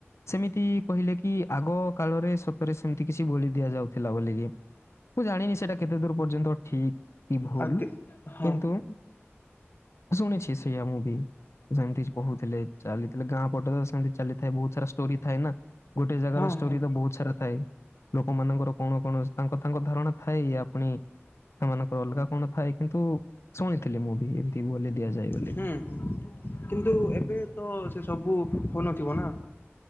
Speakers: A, on the left; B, on the left.
A: ସେମିତି କହିଲେ କି ଆଗ କାଳରେ ସତରେ ସେମିତି କିଛି ବଳି ଦିଆଯାଉଥିଲା ବୋଲିକି। ମୁଁ ଜାଣିନି ସେଟା କେତେ ଦୂର ପର୍ଯ୍ୟନ୍ତ ଠିକ କି ଭୁଲ
B: ଆ ହଁ ହଁ
A: କିନ୍ତୁ ଶୁଣିଛି ସେଇୟା ମୁଁ ବି ସେମିତି କହୁଥିଲେ। ଚାଲିଥିଲେ ଗାଁ ପଟେ ତ ସେମିତି ଚାଲି ଥାଏ ବୋହୁତ ସାରା ଷ୍ଟୋରି ଥାଏ ନା। ଗୋଟେ ଜାଗାର
B: ହଁ
A: ଷ୍ଟୋରି
B: ହୁଁ
A: ତ ବୋହୁତ ସାରା ଥାଏ। ଲୋକମାନଙ୍କର କଣ -କଣ ତାଙ୍କ -ତାଙ୍କ ଧାରଣା ଥାଏ ଆପଣି। ସେମାନଙ୍କର ଅଲଗା କଣ ଥାଏ? କିନ୍ତୁ, ଶୁଣିଥିଲି ମୁଁ ବି ଏମିତି ବୋଲି ଦିଆଯାଏ ବୋଲି।
B: ହୁଁ କିନ୍ତୁ ଏବେ ତ ସେ ସବୁ ହଉନଥିବ ନା।